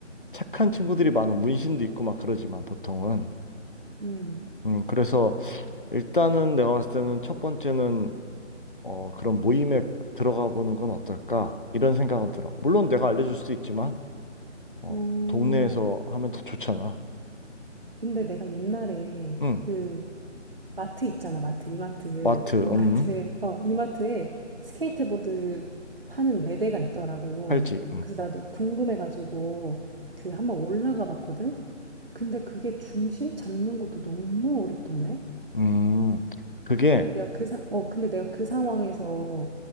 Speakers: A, on the left (about 45°); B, on the right (about 50°).
A: 착한 친구들이 많은 문신도 있고 막 그러지만 보통은
B: 음,
A: 음 그래서 일단은 내가 봤을 때는 첫 번째는 어 그런 모임에 들어가 보는 건 어떨까 이런 생각은 들어 물론 내가 알려줄 수도 있지만 어
B: 어,
A: 동네에서 하면 더 좋잖아
B: 근데 내가 옛날에
A: 음
B: 그 마트 있잖아, 마트, 이마트,
A: 마트 음
B: 이마트, 어, 이마트에 스케이트보드 파는 매대가 있더라고.
A: 팔찌
B: 그래서 나도 궁금해가지고 그 한번 올라가 봤거든? 근데 그게 중심 잡는 것도 너무 어렵던데?
A: 음음음 그게
B: 근데 내가 그 사, 어, 근데 내가 그 상황에서